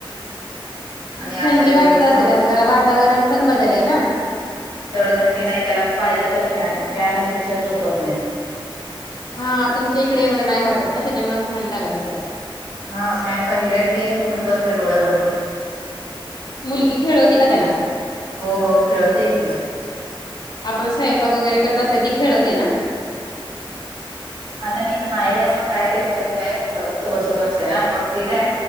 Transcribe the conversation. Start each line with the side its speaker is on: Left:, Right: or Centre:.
Right: आणि असल्यात
Left: थंडी
Right: हे
Left: वाजत
Right: फोन
Left: असेल, आता जरा वातावरण पण बदल आहे ना.
Right: तेवढं थंडी नाही, त्याला पाहिजे त्याला फॅन- फॅन असल्याशिवाय झोपत नाही.
Left: हा तुमच्या इकडे एवढं नाही वाटत ना त्याच्यामुळे फॅन लागत असेल.
Right: हा फॅन पाहिजे, लाईट गेली की उठून बसते डोळे उघडून
Left: मुलगी खेळवती का त्याला?
Right: हो हो खेळवते की
Left: आपण स्वयंपाक वगैरे करत असत ती खेळवते ना.
Right: आता मी तर माहेरी आहे म्हणून काय टेन्शन नाही मी फक्त बसून असते ना मग ती काय.